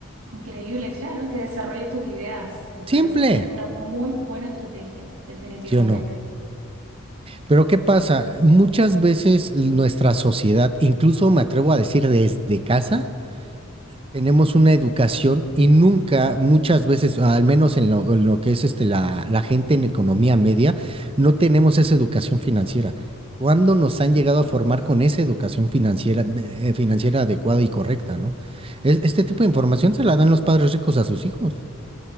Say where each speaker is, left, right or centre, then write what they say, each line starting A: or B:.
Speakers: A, on the right; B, on the right.
A: Increíble, claro, que desarrolle tus ideas. Me
B: Simple,
A: parece que es una muy buena estrategia, definitivamente.
B: ¿sí o no? Pero ¿qué pasa? Muchas veces nuestra sociedad, incluso me atrevo a decir desde casa, tenemos una educación y nunca, muchas veces, al menos en lo, en lo que es este, la, la gente en economía media, no tenemos esa educación financiera. ¿Cuándo nos han llegado a formar con esa educación financiera, de- eh, financiera adecuada y correcta, ¿no? Es- este tipo de información se la dan los padres ricos a sus hijos.